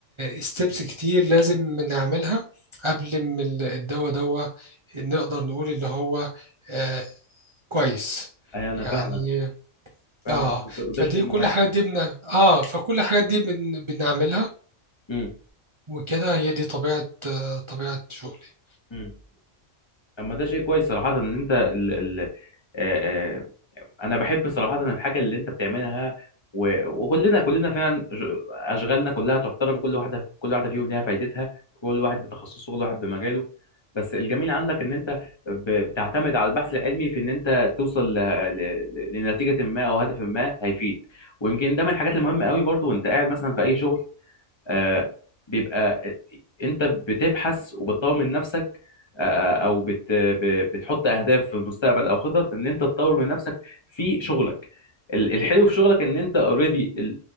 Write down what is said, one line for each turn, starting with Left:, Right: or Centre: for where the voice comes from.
Right: ستيبس كتير لازم نعملها قبل ما ال- الدواء دوا نقدر نقول اللي هو آه، كويس
Left: اي انا
Right: يعني
Left: فاهمك فاهمك
Right: اه
Left: وده وده
Right: فدي
Left: شيء
Right: كل
Left: مميز
Right: حاجة دي بن... اه فكل الحاجات دي بن... بنعملها
Left: مم.
Right: وكده هي دي طبيعة آه، طبيعة شغلي
Left: مم. طب ما ده شيء كويس صراحة ان انت ال... ال... آه... آه، انا بحب صراحة الحاجة اللي انت بتعملها و... وكلنا كلنا فعلا ج- اشغالنا كلها تحترم كل واحدة كل واحدة فيهم ليها فايدتها كل واحد بتخصصه كل واحد بمجاله بس الجميل عندك ان انت ب... بتعتمد على البحث العلمي في ان انت توصل ل... ل... لنتيجة ما او هدف ما هيفيد ويمكن ده من الحاجات المهمة قوي برضو وانت قاعد مثلا في اي شغل آه، بيبقى انت بتبحث وبتطور من نفسك آه، آه، او بت ب- بتحط اهداف في المستقبل او خطط ان انت تطور من نفسك في شغلك ال- الحلو في شغلك ان انت اوريدي